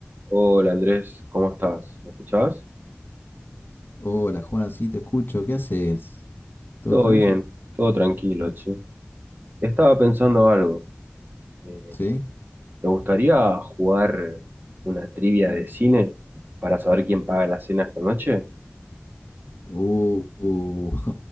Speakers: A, on the right; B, on the left.
A: Hola Andrés, ¿cómo estás? ¿Me escuchás?
B: Hola Juan, sí te escucho, ¿qué haces? ¿Todo
A: Todo
B: tranqui?
A: bien, todo tranquilo, che. Estaba pensando algo. Eh,
B: ¿Sí?
A: ¿te gustaría jugar una trivia de cine para saber quién paga la cena esta noche?
B: Uh, uh,